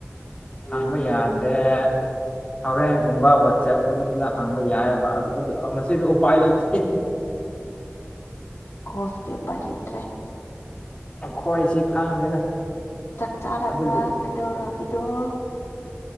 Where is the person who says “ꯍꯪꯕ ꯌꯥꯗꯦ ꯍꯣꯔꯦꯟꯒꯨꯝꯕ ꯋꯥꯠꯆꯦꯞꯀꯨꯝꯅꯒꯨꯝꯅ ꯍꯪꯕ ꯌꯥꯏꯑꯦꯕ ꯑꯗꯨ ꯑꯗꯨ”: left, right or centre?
Left